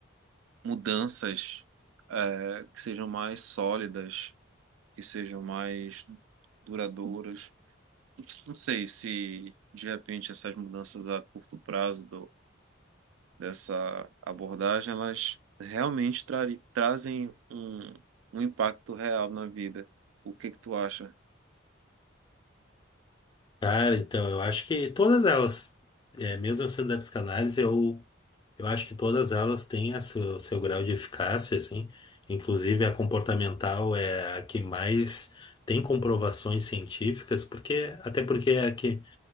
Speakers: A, on the right; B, on the left.
A: mudanças, eh, que sejam mais sólidas, que sejam mais duradouras. Não sei se de repente essas mudanças a curto prazo dessa abordagem, elas realmente trari- trazem um, um impacto real na vida. O que que tu acha?
B: Cara, então, eu acho que todas elas, é, mesmo eu sendo da psicanálise, eu, eu acho que todas elas têm a seu, seu grau de eficácia, assim. Inclusive a comportamental é a que mais tem comprovações científicas, porque até porque é a que